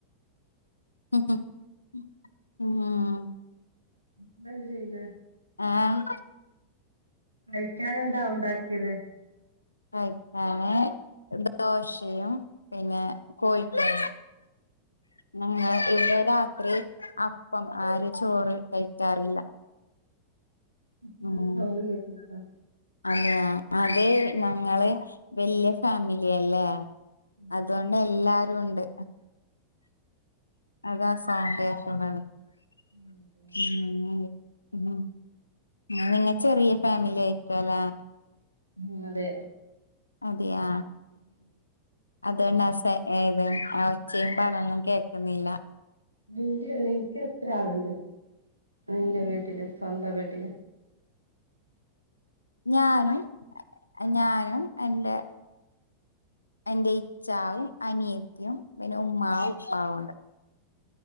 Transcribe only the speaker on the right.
ഇമ്മ എന്ത് ചെയ്യുന്ന
കഴിക്കൻ എന്താ ഉണ്ടാക്കിയത്
ഉ
ഇ സൗണ്ട് കേക്കുന്നുണ്ടോ
ഉം
<unintelligible>
ഉമ് അതെ
നിന്റെ നിനക്ക് എത്ര ആളുണ്ട് നിന്റെ വീട്ടില് സ്വന്തം വീട്ടില്